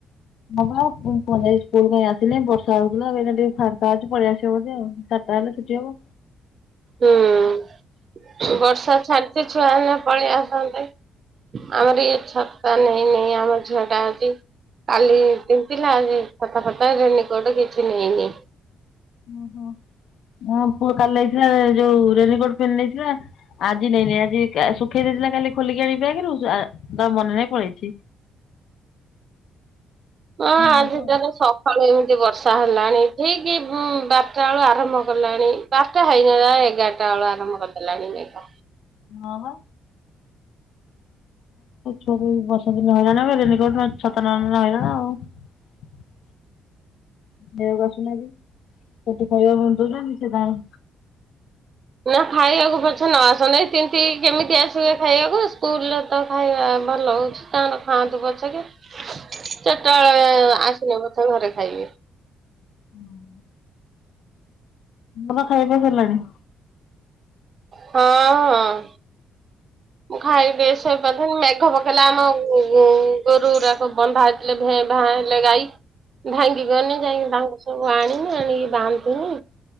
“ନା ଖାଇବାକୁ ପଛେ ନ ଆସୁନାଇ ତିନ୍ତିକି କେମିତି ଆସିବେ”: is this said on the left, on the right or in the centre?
Right